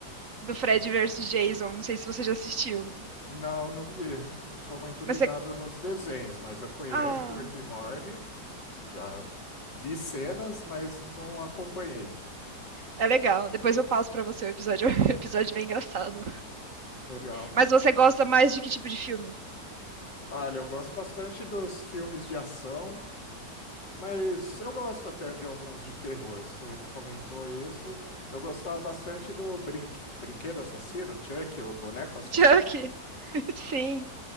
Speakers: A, on the right; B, on the left.
A: do Fred versus Jason. Não sei se você já assistiu.
B: Não, não vi. Não sou muito ligado
A: Mas é.
B: nos desenhos, mas eu conheço
A: Ah,
B: Rick e Morty, já vi cenas, mas não acompanhei.
A: é legal. Depois eu passo pra você o episódio. <laughs> É um episódio bem engraçado.
B: Legal.
A: Mas você gosta mais de que tipo de filme?
B: Olha, eu gosto bastante dos filmes de ação. Mas eu gosto até de alguns de terror. Você comentou isso. Eu gostava bastante do brinque... Brinquedo Assassino, Chuck, o Boneco Assassino.
A: <laughs> Chuck. Sim.